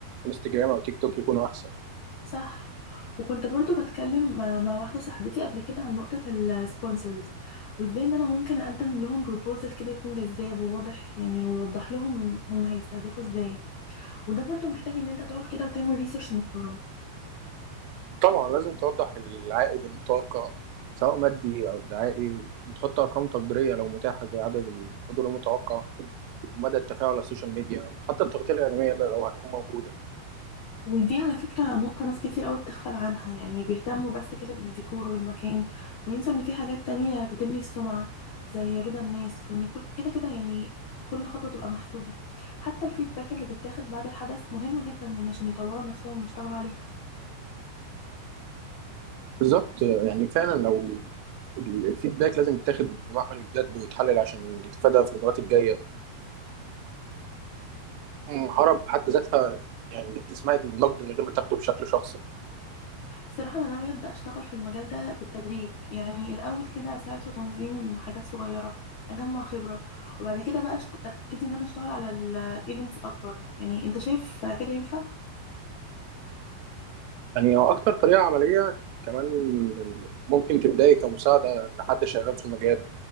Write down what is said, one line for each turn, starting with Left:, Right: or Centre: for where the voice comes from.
Right: انستجرام أو تيك توك يكونوا أحسن
Left: صح وكنت برضو بتكلم مع مع واحده صاحبتي قبل كده عن نقطه السبونسرز وازاي ان انا ممكن اقدم لهم بروبوزل كده يكون جذاب وواضح يعني ويوضح لهم هم هيستهدفوا ازاي وده برضو محتاج ان انت تقعد كده وتعمل ريسيرش محترم
Right: طبعا لازم توضح العائد المتوقع سواء مادي أو دعائي وتحط أرقام تقديرية لو متاحة زي عدد الحضور المتوقع ومدى التفاعل على السوشيال ميديا أو حتى التغطية الإعلامية لو هتكون موجودة
Left: ودي على فكرة نقطة ناس كتير قوي بتغفل عنها يعني بيهتموا بس كده بالديكور والمكان وينسوا ان في حاجات تانية بتبني السمعة زي رضا الناس وان كل- كده كده يعني كل خطوة تبقى محسوبة حتى الفيدباك اللي بيتاخد بعد الحدث مهم جدا يعني عشان يطوروا نفسهم ويشتغلوا عليها
Right: بالظبط يعني فعلا لو ال- الفيدباك لازم يتاخد بمحمل الجد ويتحلل عشان يتفادى في المرات الجايه المهاره بحد ذاتها يعني انك تسمعي النقد من غير ما تاخده بشكل شخصي
Left: الصراحة أنا ناوية أبدأ أشتغل في المجال ده بالتدريج يعني الأول كده أساعد في تنظيم حاجات صغيرة أجمع خبرة وبعد كده بقى أشت- أبتدي إن أنا أشتغل على الإيفنتس أكبر يعني أنت شايف كده ينفع؟
Right: يعني هو أكتر طريقة عملية كمان ممكن تبدأي كمساعدة لحد شغال في المجال